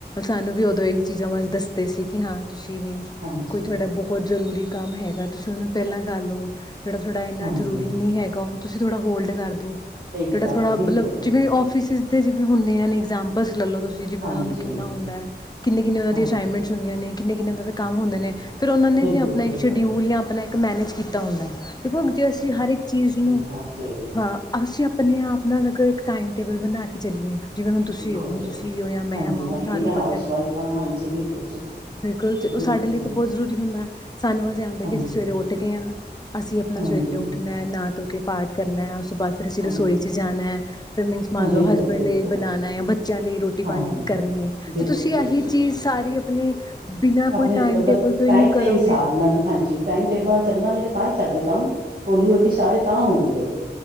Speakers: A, on the left (about 20°); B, on the right (about 55°).
A: ਸਾਨੂੰ ਵੀ ਓਦੋਂ ਏਹੀ ਚੀਜ਼ਾਂ ਬਾਰੇ ਦੱਸਦੇ ਸੀ ਕਿ ਹਾਂ ਤੁਸੀਂ ਮੀਨਜ਼
B: ਹਾਂਜੀ।
A: ਕੋਈ ਥੁਆਡਾ ਬੋਹ ਬੋਹਤ ਜ਼ਰੂਰੀ ਕੰਮ ਹੈਗਾ ਤੁਸੀਂ ਓਨੂੰ ਪੈਲਾਂ ਕਰ ਲੋ ਜੇੜਾ ਥੋਡਾ ਇੰਨਾ
B: ਹਾਂਜੀ,
A: ਜ਼ਰੂਰੀ ਨਈਂ ਹੈਗਾ ਓਨੂੰ ਤੁਸੀਂ ਥੋੜਾ ਹੋਲਡ ਕਰ ਦੋ।
B: ਲੇਟ
A: ਜੇੜਾ
B: ਕਰਲੋ
A: ਥੋੜਾ ਮਤਲਬ
B: ਬਿਲਕੁਲ, ਬਿਲਕੁਲ
A: ਜਿਵੇਂ ਔਫਿਸਿਸ ਤੇ ਜਿਵੇਂ ਹੁੰਦੀਆਂ ਨੇ ਇਗਜਾਮਪਲਸ ਲੈ ਲੋ ਤੁਸੀਂ ਜਿਵੇਂ
B: ਹਾਂਜੀ,
A: ਓਨਾਂ ਨੂੰ ਕਿੰਨਾ ਹੁੰਦਾ ਐ ਕਿੰਨੇ-ਕਿੰਨੇ ਓਨਾਂ
B: ਹਾਂਜੀ।
A: ਦੀ ਅਸਾਈਨਮੈਂਟਸ ਹੁੰਦੀਆਂ ਨੇ। ਕਿੰਨੇ-ਕਿੰਨੇ ਓਨਾਂ ਦੇ ਕੰਮ ਹੁੰਦੇ ਨੇ ਫਿਰ ਓਨਾਂ ਨੇ
B: ਬਿਲਕੁਲ
A: ਵੀ ਆਪਨਾ
B: ਜੀ ਬਿਲਕੁਲ,
A: ਇੱਕ ਸ਼ਡਿਊਲ ਯਾ ਆਪਨਾ ਇੱਕ ਮੈਨੇਜ ਕੀਤਾ ਹੁੰਦੈ। ਦੇਖੋ ਜੇ ਅਸੀਂ ਹਰ ਇੱਕ ਚੀਜ਼ ਨੂੰ
B: ਆ ਨੀ ਚਾਈਦੇ।
A: ਹਾਂ ਅਸੀਂ ਆਪਨੇ ਆਪ ਨਾਲ ਅਗਰ ਇੱਕ ਟਾਈਮ ਟੇਬਲ ਬਨਾ ਕੇ ਚੱਲੀਏ, ਜਿਵੇਂ ਹੁਨ ਤੁਸੀਂ
B: ਬਿਲਕੁਲ
A: ਓ ਹੁਨ
B: ਜੀ।
A: ਤੁਸੀਂ ਓ ਯਾਂ ਮੈਂ
B: ਹਾਂਜੀ,
A: ਵਾ ਹੁਨ
B: ਹਾਂਜੀ
A: ਸਾਨੂੰ
B: ਮੈਂ ਹਾਊਸ
A: ਪਤਾ ਐ।
B: ਵਾਈਫ ਹਾਂ ਹਾਂਜੀ ਬਿਲਕੁਲ ਜੀ,
A: ਬਿਲਕੁਲ ਦੇਖੋ
B: ਬਿਲਕੁਲ
A: ਸਾਡੇ ਲਈ
B: ਜੀ
A: ਤਾਂ ਬੋਤ ਜ਼ਰੂਰੀ ਹੁੰਦਾ ਸਾਨੂੰ ਬਸ ਐਂ ਹੁੰਦਾ
B: ਹਾਂਜੀ।
A: ਕਿ ਅਸੀਂ ਸਵੇਰੇ ਉੱਠ ਗਏ ਆਂ। ਅਸੀਂ ਆਪਨਾ
B: ਹਾਂਜੀ,
A: ਸਵੇਰੇ ਉੱਠਨੈ
B: ਹਾਂਜੀ
A: ਨਾ ਧੋ ਕੇ ਪਾਠ ਕਰਨੈ ਉਸ ਤੋਂ ਬਾਦ ਫਿਰ ਅਸੀਂ
B: ਹਾਂ
A: ਰਸੋਈ ਚ ਜਾਨੈ। ਫਿਰ ਮੀਨਜ਼ ਮੰਨ
B: ਬਿਲਕੁਲ,
A: ਲੋ ਹਸਬੈਂਡ
B: ਬਿਲਕੁਲ
A: ਲਈ ਬਨਾਨੈ ਯਾਂ ਬੱਚੇਆਂ ਲਈ ਰੋਟੀ
B: ਹਾਂਜੀ
A: ਪਾਨੀ ਕਰਨੀ ਐ
B: ਬਿਲਕੁਲ,
A: ਤੇ ਤੁਸੀਂ
B: ਬਿਲਕੁਲ।
A: ਆਹੀ ਚੀਜ਼ ਸਾਰੀ ਆਪਨੀ ਬਿਨਾਂ
B: ਆਪਣੇ
A: ਕੋਈ ਟਾਈਮ
B: ਮਤਲਬ
A: ਟੇਬਲ ਤੋਂ
B: ਟਾਈਮ
A: ਈ ਨੀ
B: ਦੇ
A: ਕਰੋਗੇ।
B: ਹਿਸਾਬ ਨਾਲ ਹਾਂਜੀ ਟਾਈਮ ਟੇਬਾ ਨਾ ਚੱਲਾਂਗੇ ਤੇ ਤਾਂ ਈ ਸਾਡੇ ਕੰਮ ਹੋਲੀ-ਹੋਲੀ ਸਾਰੇ ਤਾਂ ਹੋਨਗੇ।